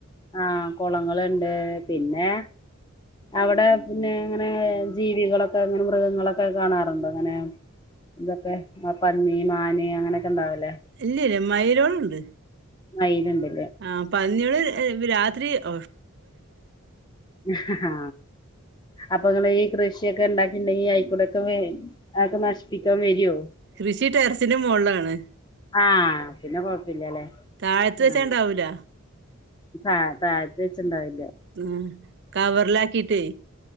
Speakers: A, on the left; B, on the right.
A: ആ കൊളങ്ങളുണ്ട് പിന്നെ. അവടെ പിന്നെ ങ്ങനെ ജീവികളൊക്കെ ങ്ങനെ മൃഗങ്ങളൊക്കെ കാണാറുണ്ടൊ ങ്ങനെ. ഇതൊക്കെ ആ പന്നി, മാന് അങ്ങനൊക്കെ ഇണ്ടാവുലെ.
B: ഇല്ല്യല്ല്യ മൈലോളുണ്ട്.
A: മൈല്ണ്ട്.
B: ആ പന്ന്യോള് ഏഹ് രാത്രി ഒ
A: ഹ് ഹ് ഹാ. അപ്പൊ ങ്ങള് ഈ കൃഷിയക്കെ ഇണ്ടാക്കിണ്ടെങ്കി അയിക്കൂടൊക്കെ വെ അത് ഒക്കെ നശിപ്പിക്കാൻ വരുോ?
B: കൃഷി ടെറസിന്റെ മോൾളാണ്.
A: ആ പിന്നെ കൊയ്പ്പില്ലലെ
B: താഴത്ത് വെച്ചാണ്ടാവൂല
A: ആ ആ തായത്ത് വെച്ച്ണ്ടാവി
B: ഹ്മ്.. കവറിലാക്കിട്ടേ.